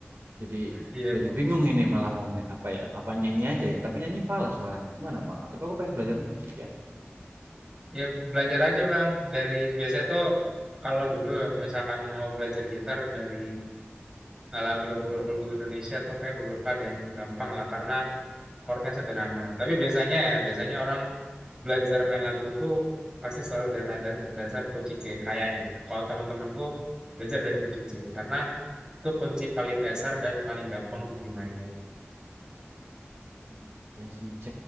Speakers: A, on the right (about 70°); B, on the right (about 20°).
A: Jadi
B: Iya,
A: jadi
B: Bu.
A: bingung ini malah mau main apa ya? Apa nyanyi aja ya? Tapi nyanyi falas suaranya. Gimana Bang? Tapi aku pengen belajar musik ya.
B: ya belajar aja Bang. Dari biasanya tuh kalau dulu misalkan mau belajar gitar dari eh, lagu-lagu lagu-lagu Indonesia tuh kayak beberapa ada yang gampang lah karena chordnya sederhana. Tapi biasanya ya, biasanya orang belajar main lagu tuh pasti selalu dari nada dasar kunci C, kayaknya. Kalau teman-temanku belajar dari kunci C, karena itu kunci paling dasar dan paling gampang untuk dimainin.
A: Oke, iya sih C